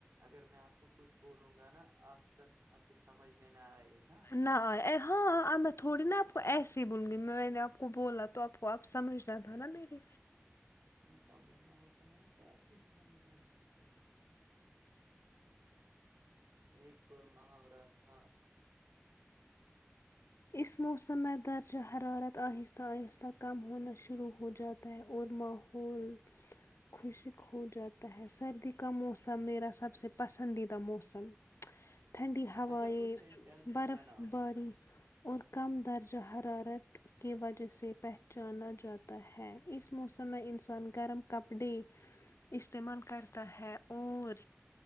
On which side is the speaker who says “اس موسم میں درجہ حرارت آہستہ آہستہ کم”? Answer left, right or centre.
Left